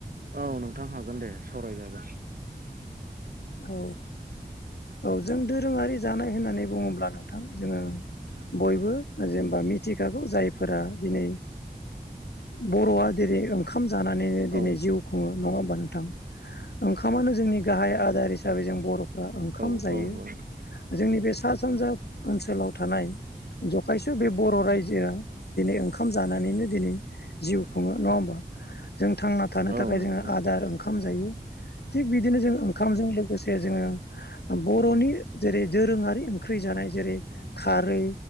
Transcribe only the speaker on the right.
औ नोंथां हागोन दे। सावरायजागोन
औ
औ
औ नंगौ नोंथां
औ
नंगौ
नोंथां